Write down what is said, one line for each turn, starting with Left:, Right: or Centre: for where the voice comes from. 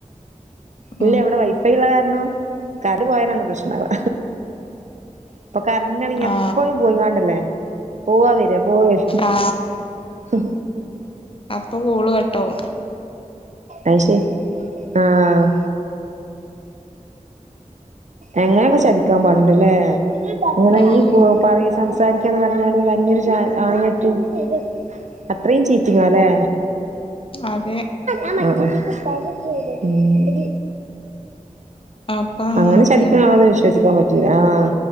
Right: ഇല്ല
Left: ഉം
Right: എവിടെ വൈഫൈ ഉള്ള കാരണം കരണ്ട് പോയാലാണ് പ്രശ്നവാ ഇപ്പൊ കരണ്ട്‌നാണെങ്കി
Left: ആ
Right: എപ്പോളും പോയിങ്ങാണ്ടല്ലേ പോവാ വെരാ പോവ വെരാ
Left: ആ
Right: ആ
Left: അപ്പൊ കോള് കട്ടാവും
Right: അഅ് ശരി ആഹ് എങ്ങനെ ഇപ്പ ചതിക്കാൻ പാടുണ്ടല്ലേ ഉണങ്ങി
Left: ഉം
Right: പോക് പറയ് സംസാരിക്കാന്ന് പറഞ്ഞടു അന്യരു ജാ ആണ് നത്തും <unintelligible> അത്രയും ചീറ്റിങ്ങല്ലേ
Left: അതെ
Right: ആഹ് ആഹ് ഉം
Left: അപ്പൊ അങ്ങനൊക്കെയാണ്
Right: അങ്ങനെ ചതിക്ന ആളൊന്നും വിശ്വസിക്കാൻ പറ്റ റ്റുല്ല ആഹ്